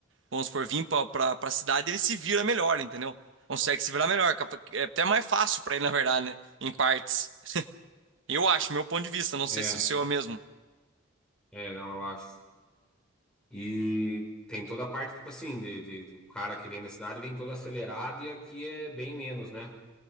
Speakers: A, on the right; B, in the centre.
A: vamos supor, vir pra, pra, pra cidade, ele se vira melhor, entendeu? Consegue se virar melhor. capa- É até mais fácil pra ele, na verdade, né? Em partes. Eu acho, meu ponto de vista, não sei
B: É,
A: se o seu é mesmo.
B: é, não, eu acho. E tem toda a parte, tipo assim, de, de- do cara que vem da cidade vem todo acelerado e aqui é bem menos, né?